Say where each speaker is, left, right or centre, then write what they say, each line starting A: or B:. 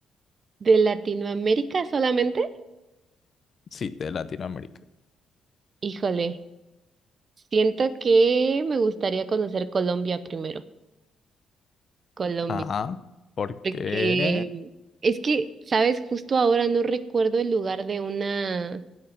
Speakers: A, on the right; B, on the left.
A: ¿De Latinoamérica solamente?
B: Sí, de Latinoamérica.
A: Híjole, siento que me gustaría conocer Colombia primero, Colombia,
B: Ajá. ¿Por
A: porque
B: qué?
A: es que, sabes, justo ahora no recuerdo el lugar de una,